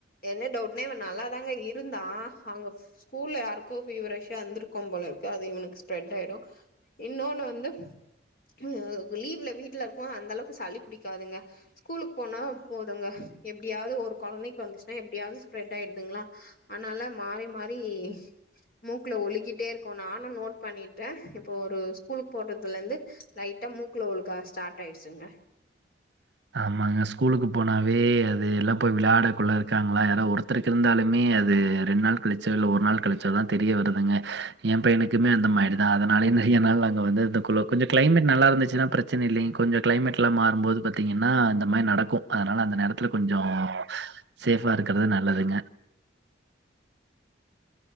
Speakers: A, on the left (about 50°); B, on the right (about 65°).
A: என்ன டவுட்னா இவ நல்லாதாங்க இருந்தா அங்க ஸ்கூல்ல யாருக்கோ ஃபீவரிஷா இருந்திருக்கு போலர்க்கு அது இவனுக்கு ஸ்பரெட் ஆயிடு இன்னோனு வந்து <unintelligible> லீவ்ல வீட்ல இருப்போ அந்த அளவுக்கு சளி புடிக்காதுங்க கூலுக்கு போனா போதுங்க எப்டியாவது ஒரு கொழந்தைக்கு வந்துஸ்னா எப்டியாவது ஸ்பரட் ஆயிடுதுங்களா அனால மாறி மாறி மூக்ல ஒழுகிட்டேருக்கு நானு நோட் பண்ணிட்டே இப்போ ஒரு ஸ்கூலுக்கு போறதுலேர்ந்து லைட்டா மூக் க்ல ஒழுக ஸ்டாட் ஆயிடுச்சுங்க
B: நம்மங் ஸ்கூலுக்கு போனாவே அது எல்லா போய் விளையாட கொள்ள இருக்காங்களா ஒருத்தருக்கு இருந்தாலுமே அது ரெண் நாள் கழிச்ச இல் ஒரு நாள் கழிச்சோ தா தெரிய வருதுங்க என் பையனுக்குமே அந்த மாரி தா அதனாலே நெறைய நாள் நாங்க வந்து இந்த குழு கொஞ்சோ க்ளைமேட் நல்லா இருந்துச்சுச்சனா ப்ரசன இல்லேங்க கொஞ்சோ கிளைமேட்லா மாறும்போது பாத்தீங்னா இந்த இன் மாரி நடக்கு அதனால அந்த நேரத்துல கொஞ்சோ சேஃபாருக்கிறது நல்லதுங்க